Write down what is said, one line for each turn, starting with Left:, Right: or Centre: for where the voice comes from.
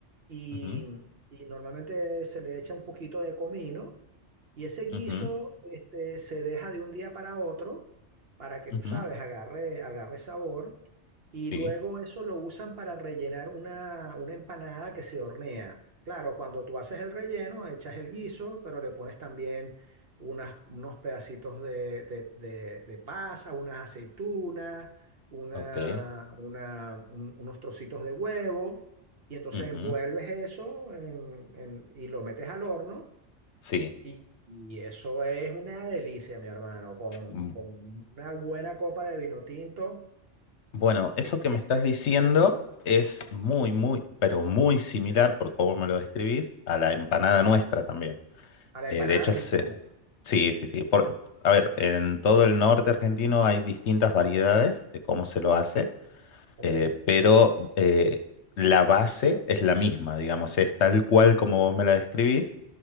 Right: y,
Left: ujú,
Right: y normalmente se le echa un poquito de comino y ese guiso,
Left: ujú,
Right: este, se deja de un día para otro para que
Left: ujú,
Right: tú sabes, agarre, agarre sabor. Y
Left: Sí.
Right: luego eso lo usan para rellenar una, una empanada que se hornea. Claro, cuando tú haces el relleno, echas el guiso, pero le pones también unas, unos pedacitos de, de, de- de pasa, unas aceitunas, una,
Left: Ok.
Right: una- un- unos trocitos de huevo. Y entonces
Left: ujú,
Right: envuelves eso en- en- y lo metes al horno
Left: Sí.
Right: y, y eso es una delicia, mi hermano, con,
Left: Mm,
Right: con una buena copa de vino tinto,
Left: Bueno, eso
Right: eh,
Left: que
Right: es,
Left: me estás
Right: eh,
Left: diciendo
Right: es
Left: es muy, muy, pero muy similar por cómo me lo describís a la empanada nuestra también.
Right: a la
Left: Eh,
Right: empanada
Left: de hecho,
Right: argentina.
Left: se- sí, sí, sí.
Right: Mm,
Left: Por, a ver, en todo el norte argentino hay distintas variedades de cómo se lo hace,
Right: Ok,
Left: eh, pero eh, la base es la misma, digamos, es tal cual como vos me la describís.